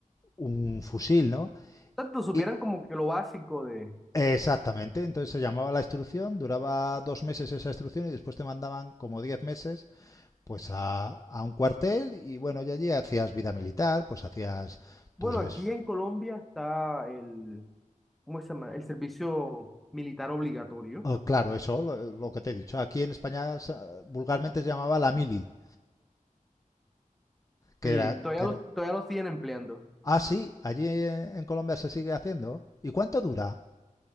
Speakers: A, on the left (about 25°); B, in the centre.
A: un fusil, ¿no?
B: Tanto supieran
A: Y
B: como que lo básico de,
A: exactamente, entonces se llamaba la instrucción, duraba dos meses esa instrucción y después te mandaban como diez meses pues a, a un cuartel y bueno, y allí hacías vida militar, pues hacías
B: bueno,
A: tus des...
B: aquí en Colombia está el, ¿cómo se llama? El servicio militar obligatorio.
A: Oh, Claro, eso, lo, lo que te he dicho. Aquí en España vulgarmente se llamaba la mili, Que
B: Sí,
A: era,
B: todavía
A: que
B: lo,
A: era-
B: todavía lo siguen empleando.
A: Ah, sí, allí eh, en Colombia se sigue haciendo. ¿Y cuánto dura?